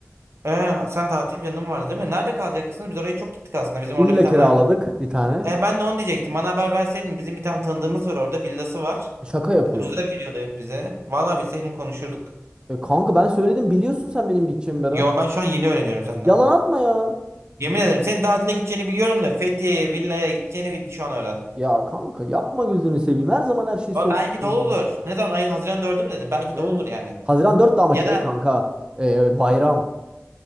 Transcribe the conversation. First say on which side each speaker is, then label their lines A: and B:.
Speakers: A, on the right (about 80°); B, on the right (about 20°).
A: Ee, sen tatil planın vardı değil mi? Nerede kalacaksın? Biz oraya çok gittik aslında. Bizim
B: İlla
A: orada bir tane
B: kiraladık bir tane.
A: E, ben de onu diyecektim. Bana haber verseydin bizim bir tane tanıdığımız var orada villası var.
B: Şaka yapıyorsun.
A: Ucuza veriyordu hep bize. Vallahi bilseydim konuşurduk.
B: E kanka ben söyledim biliyorsun sen benim gideceğimi Berat.
A: Yo ben şu an yeni öğreniyorum senden.
B: Yalan atma ya.
A: Yemin ederim senin tatile gideceğini biliyorum da Fethiye'ye villaya gideceğini bil- şu an öğrendim.
B: Ya kanka yapma gözünü seveyim. Her zaman her şeyi
A: Ama
B: söylersin
A: belki doludur.
B: ya.
A: Ne zaman ayın Haziran 4'ü mü dedim? Belki
B: Değil
A: doludur
B: mi?
A: yani.
B: Haziran 4 de ama
A: Ya
B: şey
A: da
B: kanka. e, bayram.